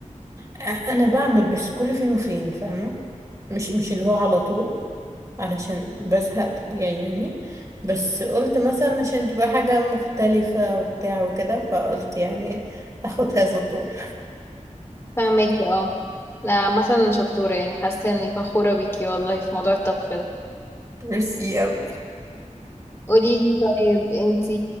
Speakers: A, on the right (about 25°); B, on the left (about 20°).
A: أ- انا بعمل بس كل فين وفين فاهمه مش مش اللي هو على طول علشان بزهق طبيعي يعني بس قلت مثلا عشان تبقى حاجه مختلفه وبتاع وكده فقلت يعني اخد هذا الدور
B: فهماكي اه لا مثلا شطوره يعني حاسه اني فخوره بيكي والله في موضوع الطبخ ده
A: ميرسي أوي
B: قولي لي طيب انتي